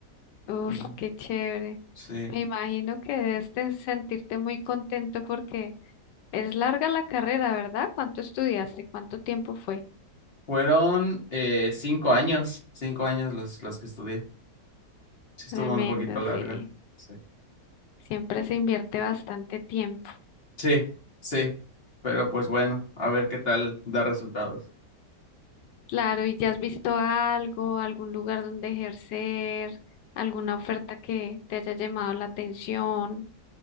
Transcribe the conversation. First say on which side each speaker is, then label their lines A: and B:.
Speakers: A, on the left; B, on the left.
A: Uf,
B: Ujú.
A: qué chévere.
B: Sí.
A: Me imagino que debes de sentirte muy contento porque es larga la carrera, ¿verdad? ¿Cuánto estudiaste? ¿Cuánto tiempo fue?
B: Fueron eh, cinco años, cinco años los, los que estudié. Sí, estuvo
A: Tremendo,
B: un poquito larga.
A: sí.
B: Sí.
A: Siempre se invierte bastante tiempo.
B: Sí, sí. Pero pues bueno, a ver qué tal da resultados.
A: Claro, ¿y ya has visto algo, algún lugar donde ejercer, alguna oferta que te haya llamado la atención?